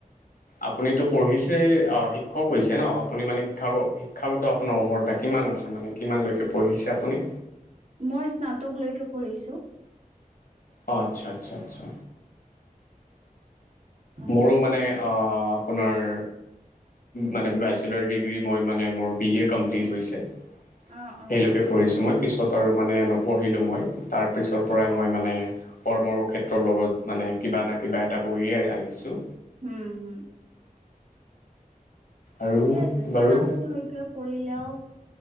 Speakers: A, on the left; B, on the right.
A: আপুনিতো পঢ়িছে, অ' শিক্ষক হৈছে ন' আপুনি মানে শিক্ষ শিক্ষাগত আপোনাৰ অৰ্হতা কিমান আছে মানে কিমানলৈকে পঢ়িছে আপুনি?
B: মই স্নাতকলৈকে পঢ়িছোঁ।
A: অ' আচ্ছা আচ্ছা আচ্ছা।
B: আৰু
A: মোৰো মানে অ' আপোনাৰ মানে বেচেলৰ ডিগ্ৰী মই মানে মোৰ বি এ কমপ্লিট হৈছে।
B: অ', অ',
A: সেইলৈকে পঢ়িছোঁ মই, পিছত আৰু মানে নপঢ়িলোঁ মই। তাৰপিছৰ পৰাই
B: অ',
A: মই মানে কৰ্মৰ ক্ষেত্ৰৰ লগত মানে কিবা না কিবা এটা কৰিয়ে আহি ছোঁ।
B: হু, হু।
A: আৰু
B: ঠিকে আছে, স্নাতকলৈকে
A: বাৰু
B: পঢ়িলেও